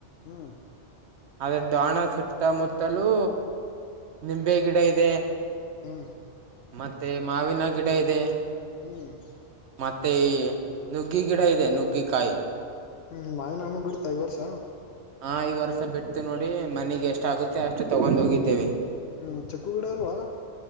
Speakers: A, on the left (about 65°); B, on the right (about 70°).
A: ಹ್ಮ್
B: ಅದುಕ್ ದಾಣ ಸುತ್ತಮುತ್ತಲೂ ನಿಂಬೆ ಗಿಡ ಇದೆ
A: ಹ್ಮ್
B: ಮತ್ತೆ ಮಾವಿನ ಗಿಡ ಇದೆಯೇ
A: ಚೀವ್ ಚೀವ್
B: ಮತ್ತೆ ನುಗ್ಗಿ ಗಿಡ ಇದೆ ನುಗ್ಗಿ ಕಾಯಿ
A: ಹ್ಮ್ ಮಾವಿಹಣ್ಣು ಬಿಡ್ತ ಇ ವರ್ಷ
B: ಹಾ ಈ ವರ್ಷ ಬಿಡ್ತೀ ನೋಡಿ ಮನಿಗೆ ಎಷ್ಟ ಆಗುತ್ತೆ ಅಷ್ಟು ತಗೊಂಡು ಹೋಗಿತೇವೆ
A: ಹ್ಮ್ ಚಿಕ್ಕು ಗಿಡ ಅಲ್ವಾ